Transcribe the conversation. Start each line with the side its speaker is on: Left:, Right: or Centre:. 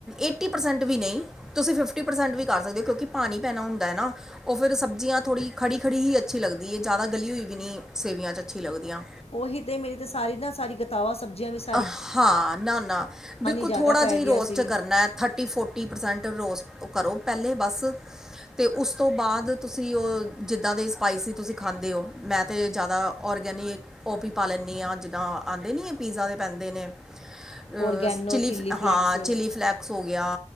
Centre: ਏਟੀ ਪ੍ਰਸੈਂਟ ਵੀ ਨਹੀਂ ਤੁਸੀਂ ਫਿਫਟੀ ਫਿਫਟੀ ਪਰਸੈਂਟ ਵੀ ਕਰ ਸਕਦੇ ਹੋ, ਕਿਉਂਕਿ ਪਾਣੀ ਪੈਣਾ ਹੁੰਦਾ ਹੈ ਨਾ। ਉਹ ਫੇਰ ਸਬਜ਼ੀਆਂ ਥੋੜੀ ਖੜੀ-ਖੜੀ ਹੀ ਅੱਛੀ ਲੱਗਦੀ ਏ, ਜ਼ਿਆਦਾ ਗਲੀ ਹੋਈ ਵੀ ਨਹੀਂ ਸੇਵੀਆਂ ਚ ਅੱਛੀ ਲੱਗਦੀਆਂ।
Left: ਉਹੀ ਤੇ ਮੇਰੀ ਤੇ ਸਾਰੀ ਨਾ ਸਾਰੀ ਗ ਦਾਲਾਂ ਸਬਜ਼ੀਆਂ ਵਿੱਚ
Centre: ਹਾਂ, ਨਾ-ਨਾ ਬਿਲਕੁਲ
Left: ਜ਼ਿਆਦਾ
Centre: ਥੋੜ੍ਹਾ
Left: ਪੈ
Centre: ਜਿਹਾ
Left: ਗਿਆ ਸੀ
Centre: ਹੀ ਕਰਨਾ ਹੈ ਥੱਟ ਫਿਫਟੀ, ਫੋਰਟੀ ਪਰਸੈਂਟ ਰੋਜ ਕਰੋ ਪਹਿਲੇੇ ਬਸ। ਤੇ ਉਸ ਤੋਂ ਬਾਅਦ ਤੁਸੀਂ ਉਹ ਜਿੱਦਾਂ ਦੇ ਸਪਾਈਸੀ ਤੁਸੀਂ ਖਾਂਦੇ ਹੋ, ਮੈਂ ਤਾਂ ਜ਼ਿਆਦਾ ਔਰਗੈਨਿਕ ਉਹ ਵੀ ਪਾ ਲੈਨੀ ਹਾਂ ਜਿੱਦਾ ਆਦੇ ਨੀ ਪੀਜ਼ਾ ਦੇ ਪੈਂਦੇ ਨੇ, ਅ
Left: ਔਰਗੈਨੋ
Centre: ਚਿੱਲੀ
Left: ਫਲੈਕਸ
Centre: ਹਾਂ ਚਿੱਲੀ ਫਲੈਕਸ ਹੋ ਗਿਆ।